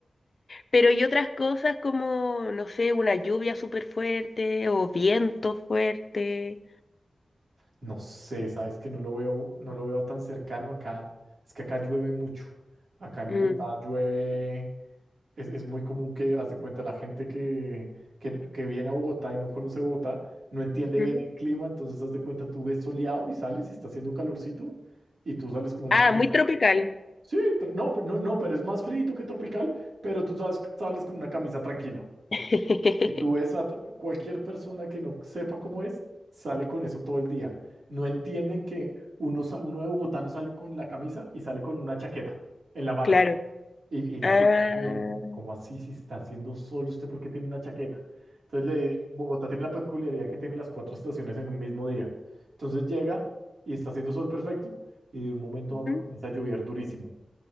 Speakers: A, on the left; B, on the right.
A: Pero y otras cosas como, no sé, una lluvia súper fuerte o viento fuerte.
B: No sé, sabes que no lo veo, no lo veo tan cercano acá, es que acá llueve mucho. Acá en Bogotá
A: Mm,
B: llueve Es, es muy común que, haz de cuenta, la gente que, que, que viene a Bogotá y no conoce Bogotá, no entiende
A: ujú.
B: bien el clima, entonces haz de cuenta, tú ves soleado y sales y está haciendo calorcito y tú sales con una
A: Ah,
B: camisa.
A: muy tropical.
B: Sí, tr- no, pe- no, no, pero es más frío que tropical, pero tú sales, sales con una camisa tranquila.
A: <laughs>
B: Y tú ves a t- cualquier persona que no sepa cómo es, sale con eso todo el día. No entienden que uno, sa- uno de Bogotá no sale con la camisa y sale con una chaqueta en la mano.
A: Claro.
B: Y, y la
A: Ah,
B: gente, pero como así si está haciendo sol usted porque tiene una chaqueta. Entonces le, Bogotá tiene la peculiaridad que tiene las cuatro estaciones en un mismo día. Entonces llega y está haciendo sol perfecto y de un momento
A: ujú.
B: a otro comienza a llover durísimo,